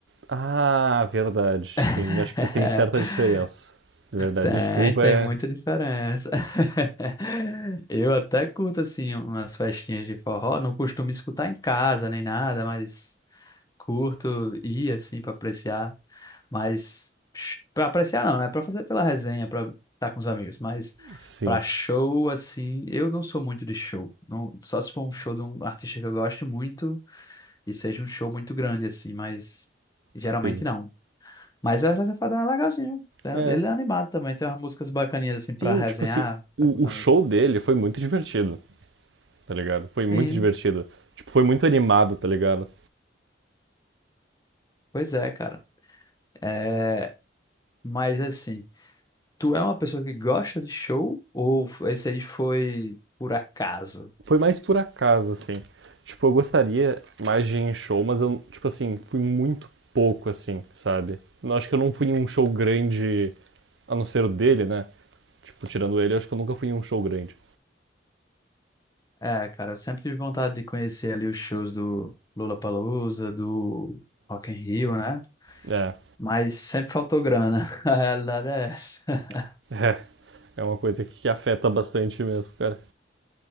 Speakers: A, on the right; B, on the left.
A: Ah, verdade.
B: <laughs>
A: Tem, acho que tem certa diferença. Verdade,
B: Tem,
A: desculpa,
B: tem
A: é...
B: muita diferença. <laughs> Eu até curto, assim, umas festinhas de forró, não costumo escutar em casa nem nada, mas. curto ir assim pra apreciar, mas sh- pra apreciar não, né? Pra fazer pela resenha, pra estar com os amigos, mas
A: Sim,
B: pra show assim, eu não sou muito de show. Não, só se for um show de um artista que eu gosto muito e seja um show muito grande assim, mas geralmente
A: sim.
B: não. Mas o Wesley Safadão é legalzinho. né?
A: É,
B: Ele é animado também, tem umas músicas bacaninhas assim
A: sim,
B: pra resenhar,
A: tipo assim, o,
B: tá com os
A: o
B: amigos.
A: show dele foi muito divertido, tá ligado? Foi
B: Sim,
A: muito divertido. Tipo, foi muito animado, tá ligado?
B: pois é, cara. É, mas assim, Tu é uma pessoa que gosta de show ou f- esse aí foi por acaso?
A: Foi mais por acaso, assim. Tipo, eu gostaria mais de ir em show, mas eu, tipo assim, fui muito pouco, assim, sabe? Eu acho que eu não fui em um show grande, a não ser o dele, né? Tipo, tirando ele, eu acho que eu nunca fui em um show grande.
B: É, cara, eu sempre tive vontade de conhecer ali os shows do Lollapalooza, do Rock in Rio, né?
A: É,
B: Mas sempre faltou grana. <laughs> A realidade é essa. <laughs>
A: <laughs> é. É uma coisa que afeta bastante mesmo, cara.